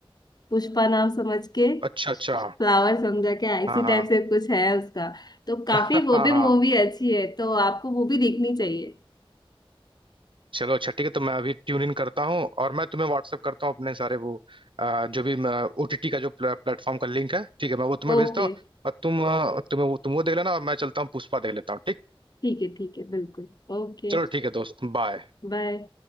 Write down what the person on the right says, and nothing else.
अच्छा अच्छा
हाँ हाँ
<laughs> हाँ
हाँ
हाँ
चलो अच्छा ठीक है तो मैं अभी ट्यून इन करता हूँ और मैं तुम्हें व्हाट्सअप करता हूँ अपने सारे वो अ, जो भी ओटीटी का जो प्लेटफॉर्म का लिंक है ठीक है मैं वो तुम्हें
भेजता हूँ और तुम अ, तुम्हें वो तुम वो देख लेना और मैं चलता हूँ पुष्पा देख लेता हूँ ठीक
चलो ठीक है दोस्त बाय